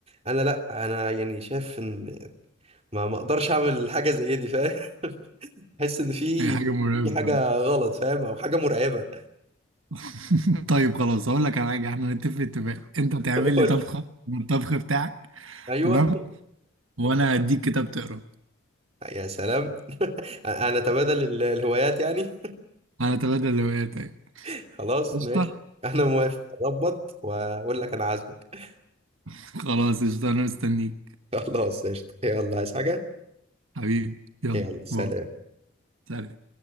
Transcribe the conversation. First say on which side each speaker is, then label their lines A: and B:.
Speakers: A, on the right (about 30°); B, on the right (about 75°).
A: انا لا انا يعني شايف ان ما ما اقدرش اعمل حاجه زي دي فاهم <laughs> احس ان في
B: هي حاجة مرعبة
A: في حاجه غلط فاهم او حاجه مرعبه
B: <laughs> طيب خلاص اقول لك على حاجه احنا نتفق اتفاق انت تعمل
A: <laughs> قول
B: لي طبخه
A: لي.
B: من الطبخ بتاعك
A: ايوه
B: تمام وانا هديك كتاب تقراه
A: يا سلام <laughs> انا تبادل ال- الهوايات يعني
B: هنتبادل الهوايات ايوه
A: <laughs> خلاص
B: قشطه
A: ماشي انا موافق اضبط واقول لك انا عازمك
B: خلاص قشطه انا مستنيك
A: <laughs> خلاص قشطه يلا عايز حاجه
B: حبيبي يلا
A: يلا سلام
B: باي سلام